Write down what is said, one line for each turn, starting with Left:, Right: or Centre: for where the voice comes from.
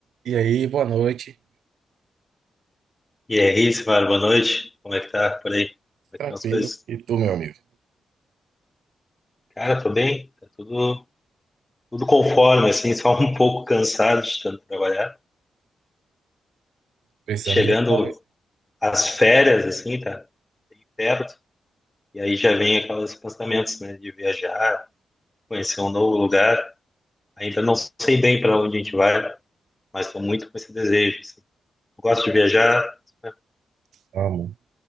Right: E aí, boa noite.
Left: E aí, Simara, boa noite. Como é que tá por aí? Como é
Right: Tranquilo.
Left: que estão as coisas?
Right: E tu, meu amigo?
Left: Cara, tô bem, tá tudo, tudo conforme, assim, <laughs> só um pouco cansado de tanto trabalhar.
Right: Precisando
Left: Chegando
Right: viajar, né?
Left: às férias, assim, tá bem perto, e aí já vem aqueles pensamentos, né, de viajar, conhecer um novo lugar. Ainda não sei bem para onde a gente vai, mas tô muito com esse desejo, assim. Eu gosto de viajar, né,
Right: Amo.